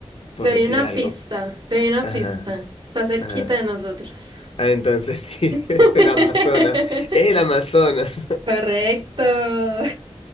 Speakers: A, on the left; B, on the right.
A: por
B: Le
A: decir
B: doy una
A: algo.
B: pista, le doy una
A: Ajá,
B: pista. Está cerquita
A: ajá.
B: de nosotros.
A: Ah, entonces sí,
B: <laughs>
A: <laughs> es el Amazonas. El Amazonas.
B: Correcto. <laughs>